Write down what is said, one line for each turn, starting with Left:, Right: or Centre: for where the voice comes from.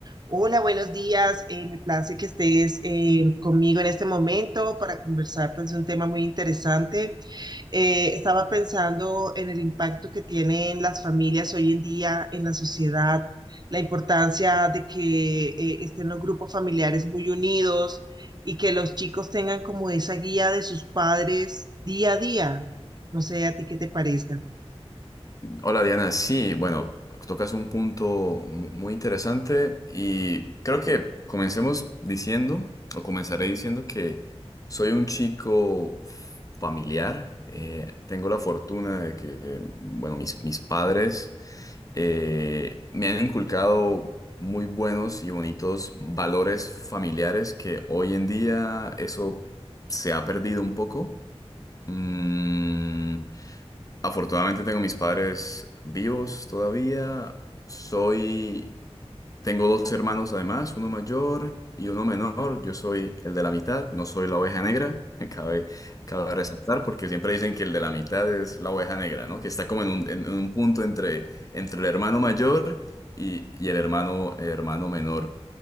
Right: Hola, buenos días. Eh, me place que estés eh, conmigo en este momento para conversar pues, de un tema muy interesante. Eh, estaba pensando en el impacto que tienen las familias hoy en día en la sociedad, la importancia de que eh, estén los grupos familiares muy unidos y que los chicos tengan como esa guía de sus padres día a día. No sé a ti qué te parezca.
Left: Hola Diana, sí, bueno, tocas un punto mu- muy interesante y creo que comencemos diciendo, o comenzaré diciendo que soy un chico familiar. Eh, tengo la fortuna de que, eh, bueno, mis, mis padres eh, me han inculcado muy buenos y bonitos valores familiares que hoy en día eso se ha perdido un poco. Mm, Afortunadamente tengo mis padres vivos todavía. Soy, tengo dos hermanos además, uno mayor y uno menor. Yo soy el de la mitad, no soy la oveja negra. <laughs> Cabe, cabe resaltar porque siempre dicen que el de la mitad es la oveja negra, ¿no? Que está como en un, en un punto entre, entre el hermano mayor y, y el hermano, hermano menor.